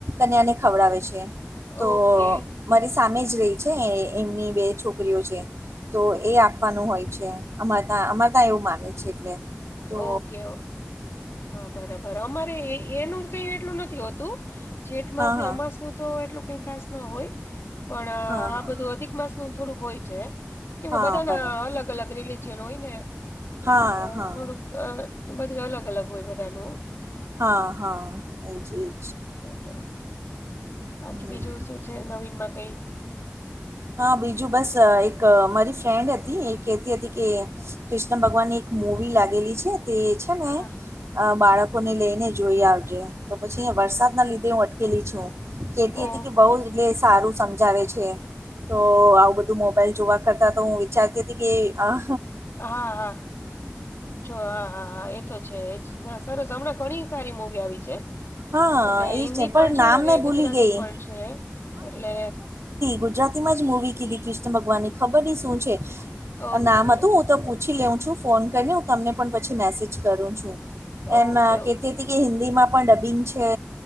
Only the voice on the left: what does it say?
ઓકે
ઓકે ઓ હા બરાબર અમારે એ એનું કઈ એટલું નથી હોતું જેઠ
માસ
ને અમાસ નું તો એટલું કઈ ખાસ ન હોય પણ
આ બધું અધિક માસ નું થોડુંક હોય છે કેમ
બધાના
અલગ અલગ રિલિઝિયન હોય ને તો
એટલે
થોડુંક અ બઘી અલગ અલગ હોય બધાનું
એ તો બાકી
બીજું શું છે નવીનમાં કઈ
હા
ઓકે
હા હા જો હા હા હા એ તો છે જ ના સરસ હમણાં ઘણી સારી મૂવી આવી છે.
એટલે
હિન્દી
પણ છે
અને
ગુજરાતી
પણ છે એટલે
ઓકે
ઓકે
ઓ